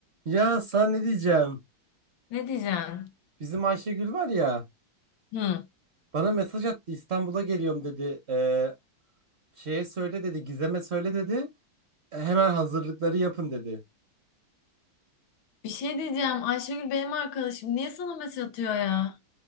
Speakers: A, on the right (about 45°); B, on the left (about 80°).
A: Ya sana ne diyeceğim?
B: Ne diyeceğim?
A: Bizim Ayşegül var ya
B: Hı.
A: bana mesaj attı İstanbul'a geliyorum dedi. Ee, şeye söyle dedi Gizem'e söyle dedi. E, Hemen hazırlıkları yapın dedi.
B: Bir şey diyeceğim. Ayşegül benim arkadaşım. Niye sana mesaj atıyor ya?